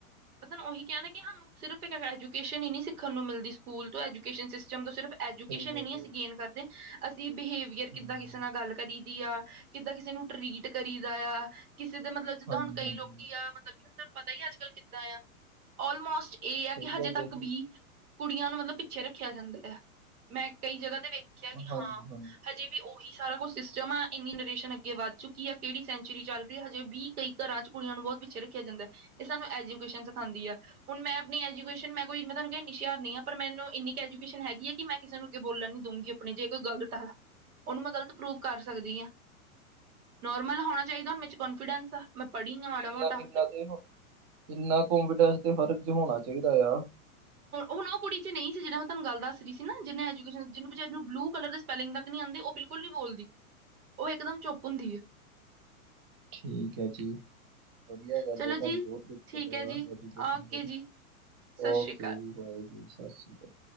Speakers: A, on the right; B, on the right.
A: ਪਤਾ ਉਹੀ ਕਹਿਣਾ ਕਿ ਸਾਨੂੰ ਸਿਰਫ ਇੱਕ ਐਜੂਕੇਸ਼ਨ ਹੀ ਨੀ ਸਿੱਖਣ ਨੂੰ ਮਿਲਦੀ ਸਕੂਲ ਤੋਂ ਐਜੂਕੇਸ਼ਨ ਸਿਸਟਮ ਤੋਂ ਸਿਰਫ ਐਜੂਕੇਸ਼ਨ
B: ਸਹੀ ਗੱਲ
A: ਹੈ ਨਹੀਂ ਅਸੀਂ ਗੇਨ ਕਰਦੇ ਅਸੀਂ ਬਿਹੇਵੀਅਰ ਕਿੱਦਾਂ
B: ਹੂੰ
A: ਕਿਸੇ ਨਾਲ ਗੱਲ ਕਰੀ ਦੀ ਆ ਕਿੱਦਾਂ ਕਿਸੇ ਨੂੰ ਟਰੀਟ ਕਰੀ ਦਾ ਆ ਕਿਸੇ ਦੇ ਮਤਲਬ ਜਿੱਦਾਂ
B: ਹਾਂਜੀ
A: ਹੁਣ ਕਈ
B: ਹਾਂਜੀ
A: ਲੋਕੀ ਆ ਮਤਲਬ ਕਿ ਤੁਹਾਨੂੰ ਪਤਾ ਹੀ ਅੱਜ ਕੱਲ ਕਿੱਦਾਂ ਆ ਆਲਮੋਸਟ ਏ
B: ਸਹੀ
A: ਆ ਕਿ ਹਜੇ
B: ਗੱਲ
A: ਤੱਕ
B: ਹੈ ਜੀ,
A: ਬੀ- ਕੁੜੀਆਂ ਨੂੰ ਮਤਲਬ ਪਿੱਛੇ ਰੱਖਿਆ ਜਾਂਦਾ ਹੈ ਮੈਂ ਕਈ ਜਗ੍ਹਾ ਤੇ ਵੇਖਿਆ ਕਿ
B: ਹਾਂਜੀ
A: ਹਾਂ
B: ਹਾਂਜੀ।
A: ਹਜੇ ਵੀ ਉਹ- ਸਾਰਾ ਕੁਛ ਸਿਸਟਮ ਆ ਇੰਨੀ ਜਨਰੇਸ਼ਨ ਅੱਗੇ ਵੱਧ ਚੁੱਕੀ ਆ ਕਿਹੜੀ ਸੈਂਚੁਰੀ ਚੱਲ ਰਹੀ ਹੈ ਹਜੇ ਵੀ ਕਈ ਘਰਾਂ ਚ ਕੁੜੀਆਂ ਨੂੰ- ਬਹੁਤ ਪਿੱਛੇ ਰੱਖਿਆ ਜਾਂਦਾ ਹੈ ਇਹ ਸਾਨੂੰ ਐਜੂਕੇਸ਼ਨ ਸਿਖਾਉਂਦੀ ਆ ਹੁਣ ਮੈਂ ਆਪਣੀ ਐਜੂਕੇਸ਼ਨ ਮੈਂ ਕੋਈ ਮੈਂ ਤੁਹਾਨੂੰ ਕ ਨਿਸ਼- ਪਰ ਮੈਨੂੰ ਇੰਨੀ ਕੁ ਐਜੂਕੇਸ਼ਨ ਹੈਗੀ ਹੈ ਕਿ ਮੈਂ- ਕਿਸੇ ਨੂੰ ਅੱਗੇ ਬੋਲਣ ਨੀ ਦਊਗੀ ਆਪਣੀ ਜੇ ਕੋਈ ਗਲਤ ਆ ਉਹਨੂੰ ਮੈਂ ਗ਼ਲਤ ਪ੍ਰੂਫ਼ ਕਰ ਸਕਦੀ ਹਾਂ- ਨੋਰਮਲ ਹੋਣਾ ਚਾਹੀਦਾਣ ਮੇ ਕੋਂਨਫੀਡੈਂਸ ਆ ਮੈਂ ਪੜ੍ਹੀ ਹਾਂ
B: ਵੀ
A: ਮਾੜਾ
B: ਇੰਨਾ
A: ਮੋਟਾ
B: ਇੰਨਾ ਤੇ ਹੋ- ਇੰਨਾ ਕਪੀਟੈਂਸ ਤੇ ਹਰ ਕੁ ਚ ਹੋਣਾ ਚਾਹੀਦਾ ਆ-
A: ਹੁਣ ਉਹ ਕੁੜੀ ਚ ਨਹੀਂ ਜਿਹੜ ਮੈਂ ਗੱਲ ਦ ਰਹੀ ਸੀ ਨਾ ਜਿੰਨੇ ਐਜੂਕੇਸ਼ਨ ਜਿਹਨ ਬ ਨੂੰ ਬਲੂ ਕਲਰ ਸਪਲਿੰਗ ਤੱਕ ਆਉਂਦੇ- ਉਹ ਬਿਲਕੁਲ ਨਹੀਂ ਬੋਲਦੀ ਉਹ ਇਕ ਦਮ ਚੁੱਪ ਹੁੰਦੀ ਹੈ-
B: ਠੀਕ ਹੈ ਜੀ- ਵਧੀਆ ਗੱਲ
A: ਚਲੋ
B: ਹੈ ਤੁਹਾਨੂੰ
A: ਜੀ
B: ਬਹੁਤ ਕੁਛ ਪਤਾ
A: ਠੀਕ ਹੈ ਜੀ
B: ਐਜੂਕੇਸ਼ਨ
A: ਓਕੇ
B: ਬਾਰੇ
A: ਜੀ
B: -
A: ਸਤਿ
B: ਓਕੇ
A: ਸ਼੍ਰੀ ਅਕਾਲ
B: ਜੀ ਵਾਹਿ ਜੁਰ ਸਤਿ ਸ਼੍ਰੀ ਅਕਾਲ-